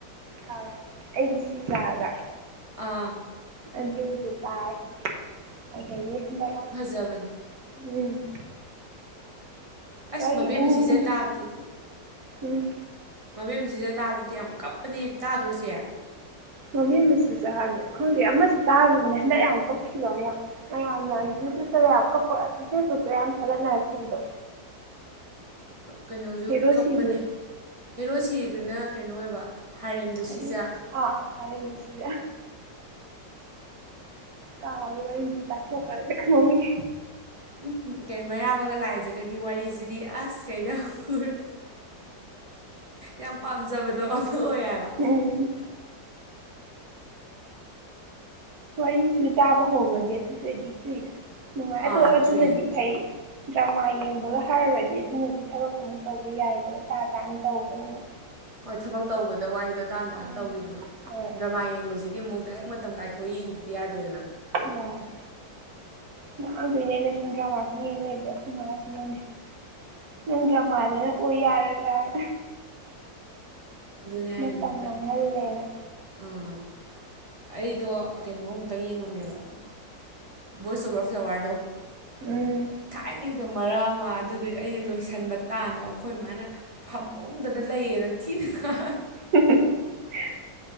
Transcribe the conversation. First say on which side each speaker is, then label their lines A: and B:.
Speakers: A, on the right (about 60°); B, on the right (about 20°).
A: ꯀꯥꯎꯔꯦ <unintelligible> ꯑꯩꯒꯤ ꯁꯤꯖꯥ ꯍꯥꯏꯕꯔꯥ
B: ꯑꯥ
A: ꯑꯗꯨꯗꯨ ꯇꯥꯏ ꯑꯗꯒꯤ ꯍꯟꯗꯛ
B: ꯖꯕꯅꯤ
A: ꯎꯝ
B: ꯑꯁ
A: ꯋꯥꯔꯤ
B: ꯃꯕꯦꯝꯃꯥ
A: ꯑꯅꯤ
B: ꯁꯤꯖꯥ ꯇꯥꯕꯗꯗꯤ
A: ꯎꯝ
B: ꯃꯕꯦꯝꯁꯤꯖꯥ ꯇꯥꯕꯗꯗꯤ ꯌꯥꯝ ꯀꯞꯄꯅꯦ ꯇꯥꯗ꯭ꯔꯣ ꯆꯦ
A: ꯃꯕꯦꯝꯃꯥ ꯁꯤꯖꯥ ꯍꯥꯏꯕꯔꯣ ꯈꯪꯗꯦ ꯑꯃꯁꯨ ꯇꯥꯒꯤꯕꯅꯦ ꯍꯟꯗꯛ ꯌꯥꯝ ꯀꯞꯈꯤꯕ ꯑꯃ ꯃꯌꯥꯝꯅ ꯌꯨꯇ꯭ꯌꯨꯕꯇꯒ ꯌꯥꯝ ꯀꯞꯄ ꯐꯦꯁꯕꯨꯛꯇ ꯌꯥꯝ ꯊꯥꯒꯠꯅꯔꯛꯈꯤꯕꯗꯣ
B: ꯀꯩꯅꯣꯁꯨ
A: ꯍꯦꯔꯣ ꯁꯤꯕꯗꯣ
B: ꯀꯛꯄꯅꯦ ꯍꯦꯔꯣ ꯁꯤꯔꯤꯗꯨꯅ ꯀꯩꯅꯣ ꯑꯣꯏꯕ ꯍꯥꯔꯦꯝꯗꯣ
A: <unintelligible>
B: ꯁꯤꯖ
A: ꯑꯥꯑꯥ ꯍꯥꯔ‌ꯦꯝꯗ ꯁꯤꯖꯥ ꯀꯥꯎꯑꯦ ꯋꯥꯔꯤꯁꯦ ꯇꯥꯥꯊ‌ꯣꯛꯈꯔꯒ ꯃꯃꯤꯡ
B: ꯎꯝ ꯀꯩ ꯃꯩꯔꯥꯕꯒ ꯂꯥꯏꯖꯒꯒꯤ ꯋꯥꯔꯤꯁꯤꯗꯤ ꯑꯁ ꯀꯩꯗ ꯍꯪꯉꯨꯔꯟ ꯌꯥꯝ ꯄꯥꯝꯖꯕꯗꯣ ꯑꯗꯨ ꯑꯣꯏ ꯍꯥꯏꯕ
A: ꯎꯝ ꯋꯥꯔꯤꯁꯤꯁꯨ ꯇꯥꯕ ꯍꯧꯒꯔꯗꯤ ꯑꯗꯨꯁꯨ ꯑ‌ꯦꯗꯤꯛ ꯆꯨꯏꯗ ꯅꯨꯡꯉꯥꯏ ꯑꯗꯣ
B: ꯑꯥ
A: ꯑꯗꯨꯅꯗꯤ
B: ꯆꯨꯏꯌꯦ
A: ꯐꯩ ꯗ꯭ꯔꯃꯥ ꯌꯦꯡꯕꯒ ꯍꯥꯏꯔꯨꯔꯗꯤ ꯑꯗꯨꯅꯗꯤ ꯊꯕꯛ ꯑꯃꯨꯛ ꯇꯧꯕ ꯌꯥꯏꯗꯅ ꯇꯥ ꯇꯥꯅ ꯇꯧꯕꯅꯤꯅ
B: ꯍꯣꯏ ꯊꯕꯛ ꯇꯧꯕꯗ ꯋꯥꯔꯤꯗꯣ ꯇꯥꯥꯟ ꯇꯥꯅ
A: ꯎꯝ
B: ꯇꯧꯈꯤꯕꯗꯣ
A: ꯍꯣꯏ
B: ꯗ꯭ꯔꯃꯥ ꯌꯦꯡꯕꯁꯤꯗꯤ ꯑꯃꯨꯛ ꯗꯥꯏꯔꯦꯛ ꯃꯇꯝ ꯀꯥꯏꯊꯣꯛꯑ ꯌꯦꯡꯗꯗꯤ ꯌꯥꯗꯦꯗꯅ
A: ꯌꯥꯗꯦ ꯉꯥꯡꯗꯣꯏꯅꯦ ꯑꯩꯅ ꯁꯨꯝ ꯗ꯭ꯔꯃꯥꯁꯨꯝ ꯌꯦꯡ ꯂꯩꯕ ꯑꯩꯈꯣꯏ ꯃꯁꯤꯅꯥꯅꯦ ꯅꯪ ꯗ꯭ꯔꯃꯥꯗꯨꯅ ꯑꯣꯏ ꯌꯥꯔꯗ꯭ꯔꯥꯅ
B: ꯑꯗꯨꯅꯦ ꯍꯥꯏꯁꯤ
A: ꯃꯇꯝ ꯃꯥꯡꯍꯜꯂꯦꯅ
B: ꯑꯥ ꯑꯩꯗꯣ ꯀꯩꯅꯣꯃꯨꯛꯇꯪ ꯌꯦꯡꯉꯝꯃꯦꯕ ꯕꯣꯏꯁ ꯑꯣꯕꯔ ꯐ꯭ꯂꯥꯋꯥꯔꯗꯣ
A: ꯎꯝ
B: ꯊꯥꯏꯅꯒꯤꯗꯣ ꯃꯔꯛ ꯑꯃ ꯑꯗꯨꯗꯨꯏ ꯑꯩꯅ ꯂꯣꯏꯁꯟꯕ ꯇꯥꯟꯕ ꯑꯩꯈꯣꯏ ꯃꯥꯅ ꯐꯃꯨꯡꯗꯗ ꯂꯩꯌꯦꯅ ꯊꯤꯅ ꯉꯥꯡ
A: <unintelligible>